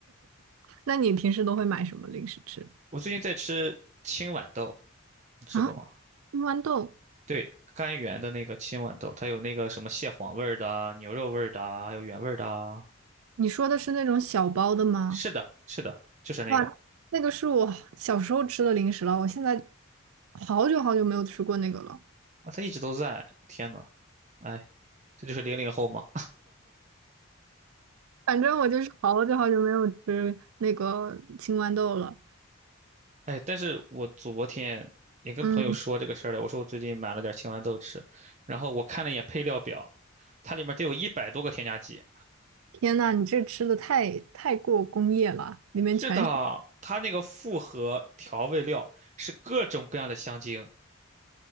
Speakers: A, on the right; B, on the right.
A: 那你平时都会买什么零食吃
B: 我最近在吃青豌豆，你吃过吗？
A: 啊？青豌豆，
B: 对，甘源的那个青豌豆，它有那个什么蟹黄味儿的啊牛肉味儿的啊还有原味儿的啊
A: 你说的是那种小包的吗？
B: 是的，是的，就是那个
A: 哇，那个是我小时候吃的零食了，我现在好久好久没有吃过那个了。
B: 啊，它一直都在。天呐，哎，这就是零零后嘛。
A: 反正我就是好久好久没有吃那个青豌豆了。
B: 哎，但是我昨天也跟朋友说这个事儿了，
A: 嗯，
B: 我说我最近买了点青豌豆吃，然后我看了一眼配料表，它里面得有一百多个添加剂。
A: 天呐，你这吃的太太过工业了，里面全是，
B: 是的，它那个复合调味料是各种各样的香精，